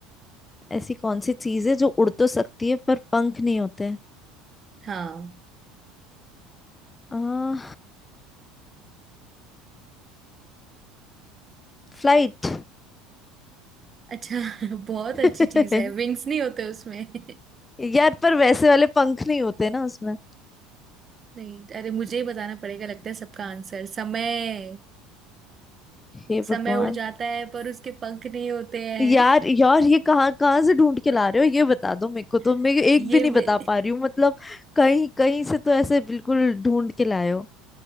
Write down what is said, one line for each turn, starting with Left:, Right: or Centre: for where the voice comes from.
Left: ऐसी कौन सी चीज है जो उड़ तो सकती है पर पंख नहीं होते हैं?
Right: हाँ
Left: आ, फ्लाइट
Right: अच्छा <laughs> बहुत
Left: <laughs>
Right: अच्छी चीज है विंग्स नहीं होते उसमें <laughs>
Left: यार पर वैसे वाले पंख नहीं होते ना उसमें
Right: नहीं अरे मुझे ही बताना पड़ेगा लगता है सबका आंसर समय
Left: हे
Right: समय
Left: भगवान
Right: उड़ जाता है पर उसके पंख नहीं होते हैं
Left: यार यार ये कहाँ कहाँ से ढूंढ के ला रहे हो ये बता दो मेरे को तो मैं
Right: <laughs>
Left: एक
Right: ये
Left: भी नहीं
Right: मैं
Left: बता पा रही हूँ मतलब कहीं कहीं से तो ऐसे बिल्कुल ढूंढ के लाए हो